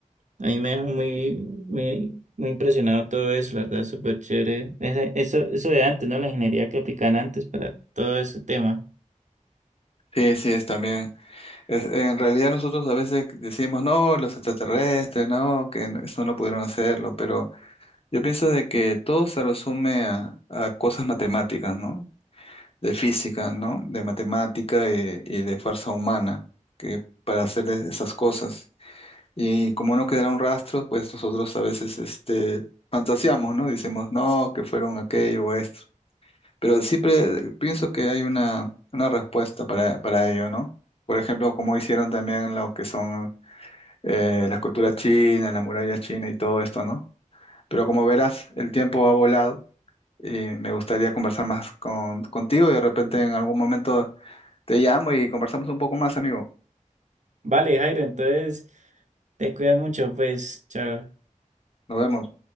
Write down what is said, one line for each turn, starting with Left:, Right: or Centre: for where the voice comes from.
Right: A mí me dejó muy, muy, muy impresionado todo eso, la verdad, es súper chévere. Ese- Eso, eso de antes, ¿no? La ingeniería que aplican antes para todo ese tema.
Left: Sí, sí, es también. Es- en realidad nosotros a veces decimos, no, los extraterrestres, no, que no- eso no pudieron hacerlo, pero yo pienso de que todo se resume a, a cosas matemáticas, ¿no? de física, ¿no? De matemática y, y de fuerza humana, que para hacer esas cosas. Y como no quedaron rastros, pues nosotros a veces este, fantaseamos, ¿no? decimos no, que fueron aquello o esto. Pero siempre pienso que hay una, una respuesta para, para ello, ¿no? Por ejemplo, como hicieron también lo que son eh, la cultura china, la muralla china y todo esto, ¿no? Pero como verás, el tiempo ha volado y me gustaría conversar más con, contigo y de repente en algún momento te llamo y conversamos un poco más, amigo.
Right: Vale, Jairo, entonces te cuidas mucho, pues, chao.
Left: Nos vemos.